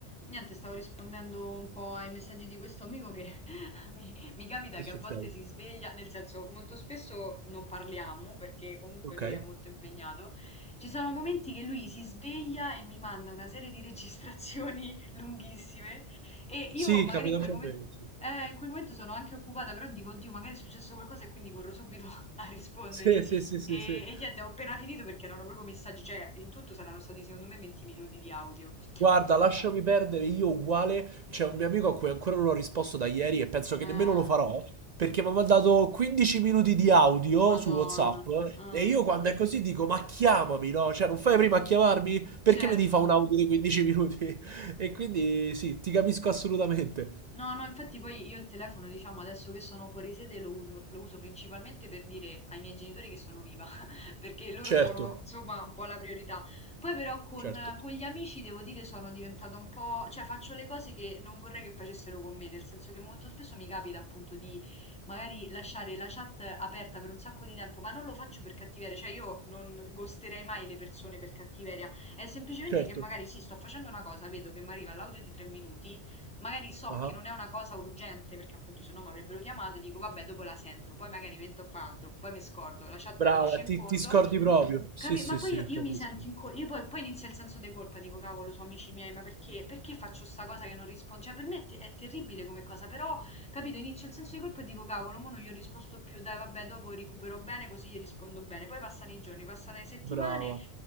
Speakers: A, in the centre; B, on the right.
A: Niente, stavo rispondendo un po' ai messaggi di questo amico che <laughs> mi, mi capita
B: Che
A: che
B: succede?
A: a volte si sveglia, nel senso molto spesso non parliamo perché comunque
B: Okay.
A: lui è molto impegnato. Ci sono momenti che lui si sveglia e mi manda una serie di registrazioni <laughs> lunghissime e io
B: Sì,
A: magari
B: capita
A: in quel
B: proprio
A: momento,
B: benissimo.
A: eh, in quel momento sono anche occupata, però dico, oddio, magari è successo qualcosa e quindi corro subito <laughs> a rispondere.
B: Sì, sì, sì, sì,
A: E,
B: sì. sì.
A: e niente, ho appena finito perché erano proprio messaggi, cioè in tutto saranno stati secondo me 20 minuti di audio. <laughs>
B: Guarda, lasciami perdere, io uguale, c'è un mio amico a cui ancora non ho risposto da ieri e penso che
A: Eh,
B: nemmeno lo farò, perché mi ha mandato 15 minuti di audio
A: Madonna,
B: su WhatsApp
A: eh,
B: e io quando è così dico, ma chiamami, no? Cioè, non fai prima a chiamarmi?
A: certo.
B: Perché mi devi fare un audio di 15 minuti? <laughs> E quindi sì, ti capisco assolutamente.
A: No, no, infatti poi io il telefono, diciamo, adesso che sono fuori sede lo uso, lo uso principalmente per dire ai miei genitori che sono viva, <laughs> perché loro
B: Certo,
A: sono, insomma, un po' la priorità. Poi però con,
B: certo,
A: con gli amici, devo dire, sono diventata un po', cioè faccio le cose che non vorrei che facessero con me, nel senso che molto spesso mi capita appunto di magari lasciare la chat aperta per un sacco di tempo, ma non lo faccio per cattiveria, cioè io non ghosterei mai le persone per cattiveria, è semplicemente
B: certo.
A: che magari sì, sto facendo una cosa, vedo che mi arriva l'audio di tre minuti, Magari so
B: Ah,
A: che non è una cosa urgente, perché appunto se no mi avrebbero chiamato e dico vabbè, dopo la sento, poi magari metto a fare altro, poi mi scordo, la chat
B: Brava,
A: finisce in
B: ti,
A: fondo
B: ti scordi proprio. Sì,
A: Capi
B: sì,
A: ma poi
B: sì,
A: io, io
B: capisco.
A: mi sento in colpa, io poi, poi inizia il senso di colpa, dico cavolo, sono amici miei, ma perché, perché faccio sta cosa che non rispondo? Cioè per me è, te- è terribile come cosa, però, capito, inizio il senso di colpa e dico cavolo, mo non gli ho risposto più, dai vabbè, dopo recupero bene, così gli rispondo bene. Poi passano i giorni, passano le settimane,
B: Brava.